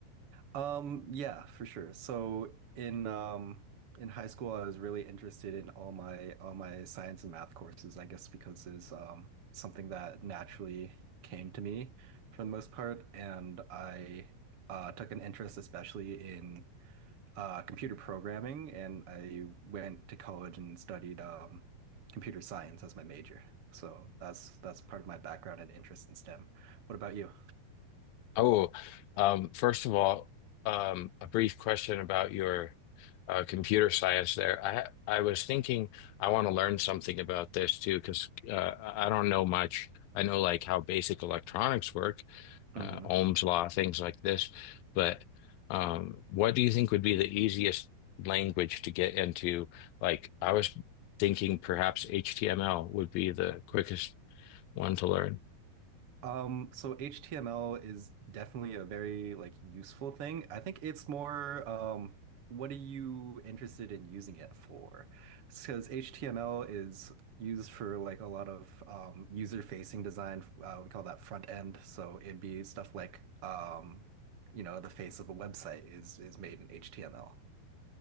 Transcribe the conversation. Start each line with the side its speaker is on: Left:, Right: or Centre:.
Right: Um, yeah, for sure. So in um in high school, I was really interested in all my all my science and math courses, I guess because it's um something that naturally came to me for the most part, and I uh, took an interest especially in uh, computer programming, and I went to college and studied um, computer science as my major. So that's that's part of my background and interest in STEM. What about you?
Left: Oh, um, first of all, um, a brief question about your uh, computer science there. I I was thinking I want to learn something about this too because uh, I don't know much. I know like how basic electronics work,
Right: Mm-hmm.
Left: uh, Ohm's law, things like this. But um, what do you think would be the easiest language to get into? Like I was thinking perhaps HTML would be the quickest one to learn.
Right: Um, so HTML is definitely a very like useful thing. I think it's more um what are you interested in using it for? Because HTML is used for like a lot of um user-facing design. Uh, we call that front end. So it'd be stuff like um you know the face of a website is is made in HTML.